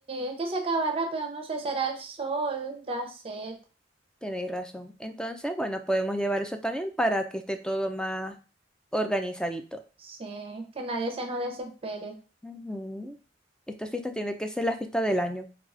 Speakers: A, on the right (about 30°); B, in the centre.
A: es que se acaba rápido, no sé, será el sol, da sed.
B: Tenéis razón. Entonces, bueno, podemos llevar eso también para que esté todo más organizadito.
A: Sí, que nadie se nos desespere.
B: Ujú. Estas fiestas tienen que ser la fiesta del año.